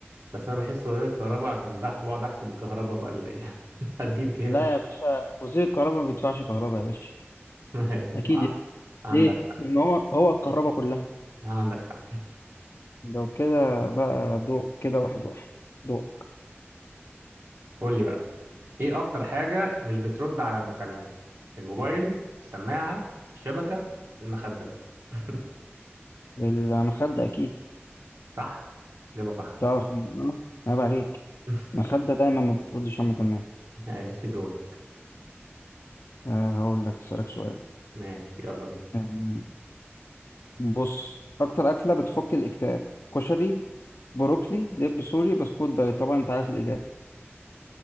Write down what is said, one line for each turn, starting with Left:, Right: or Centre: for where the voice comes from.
Right: بس انا بحس وزير الكهرباء عشان بح- بقعد احسب الكهرباء بقى اللي ايه <laughs> هتجيلي كام
Left: لا يا باشا وزير الكهرباء ما بيدفعش كهرباء يا باشا
Right: <laughs>
Left: أكيد
Right: مع-
Left: يعني
Right: عندك
Left: ليه؟ لأن هو هو الكهرباء كلها
Right: عندك حق
Left: لو كده بقى دور كده واحد واحد دور
Right: قول لي بقى ايه اكتر حاجة مش بترد على المكالمات الموبايل السماعة الشبكة المخدة <laughs>
Left: المخدة أكيد
Right: صح إجابة صح
Left: تعرف إن- أه عيب عليك
Right: <laughs>
Left: المخدة دايما ما بتردش أمك النايم
Right: ماشي دور
Left: آه، هقول لك أسألك سؤال
Right: ماشي يلا بينا
Left: يعني بص أكتر أكلة بتفك الاكتئاب كشري بروكلي دب سوري بسكوت دايت طبعا انت عارف الاجابه